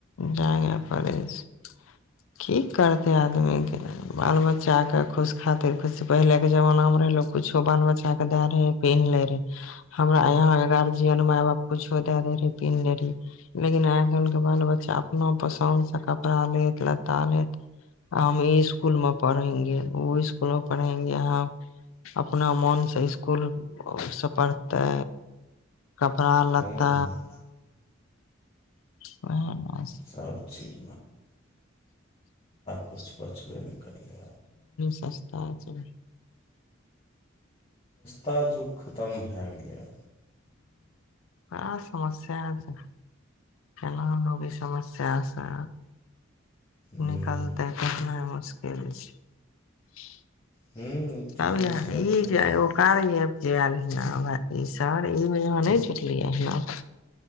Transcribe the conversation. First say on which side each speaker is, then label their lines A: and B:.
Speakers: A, on the left (about 85°); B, on the left (about 30°).
A: जागे पड़ै छै की करते आदमीके बाल बच्चाके खुश खातिर खुश पहिलेके जमानामे रहै लोको कछो बाल बच्चाके दए रहे पिन्ह ले रहे हमरा यहाके गार्जियन मााय बाप कछो दए दे रहै पिन्ह ले रहहिय लेकिन आइ कल्हिके बाल बच्चा बचा अपना पसन्दसँ कपड़ा लेत लत्ता लेत आ हम ई इसकुल मे पढ़ेंगे ओ इसकुलो पढ़ेंगे हम अपना मोन से इसकुलसँ पढ़ते कपड़ा लत्ता
B: हूँ हूँ
A: ओएह
B: सबचीज किछु बचबे नहि करलै
A: सस्ता <inaudible>
B: ताजुक खतम भए गेलैए
A: आब समस्या छै केना लोक ई समस्यासँ
B: ह
A: निकलतै कहनाइ मुश्किल छै
B: ह तऽ
A: त
B: समस्या
A: ह
B: छेबे
A: जे
B: करै
A: कार्य एप जे आयल हय ना ई सर ई वजहाँ नहि जुटलियैना <unintelligible>